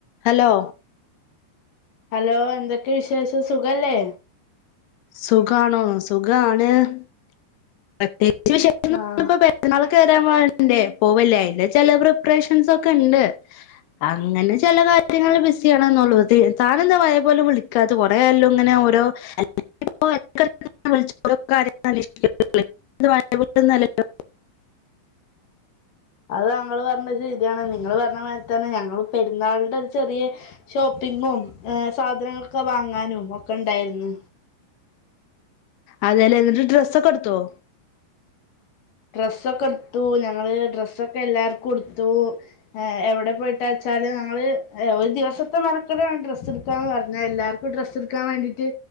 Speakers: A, on the left; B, on the left.
A: Hello
B: hello എന്തൊക്കെ വിശേഷം സുഖല്ലേ
A: സുഖാണോ സുഖാണ് <unintelligible> വിശേഷൊന്നും
B: ആഹ
A: ഇപ്പൊ <unintelligible> പോവല്ലേ അതിന്റെ ചില പ്രിപ്പറേഷൻസ് ഒക്കെ ഉണ്ട് അങ്ങനെ ചില കാര്യങ്ങൾ ബിസിയാണന്നെ ഉള്ളൂ താനെന്താ പഴയ പോലെ വിളിക്കാത്ത് കുറെയായല്ലോ ഇങ്ങനെ ഓരോ അല്ലെങ്കി ഇപ്പോ ഇടയ്ക്ക് ഇടയ്ക്ക് വിളിച്ച് ഓരോ കാര്യങ്ങൾ അന്വേഷി <unintelligible> പഴയ പോലെയൊന്നും അല്ലല്ലോ
B: അത് ഞങ്ങള് പറഞ്ഞത് ശരിയാണ് നിങ്ങള് പറഞ്ഞ മാതിരി തന്നെ ഞങ്ങളും പെരുന്നാളിന്റെ ഒരു ചെറിയ ഷോപ്പിങ്ങും സാധനങ്ങളൊക്കെ വാങ്ങാനും ഒക്കെ ഉണ്ടായിരുന്നു
A: അതെലെ എന്നിട്ട് ഡ്രസ്സൊക്കെ എടുത്തുവോ
B: ഡ്രസ്സൊക്കെ എടുത്തു ഞങ്ങള് ഡ്രസ്സൊക്കെ എല്ലാവർക്കും എടുത്തു എവിടെ പോയിട്ടാ വെച്ചാല് ഞങ്ങള് ഒരു ദിവസത്തെ മെനക്കടാണ് ഡ്രസ്സ് എടുക്കാന്ന് പറഞ്ഞാൽ എല്ലാർക്കും ഡ്രസ്സ് എടുക്കാൻ വേണ്ടിട്ട്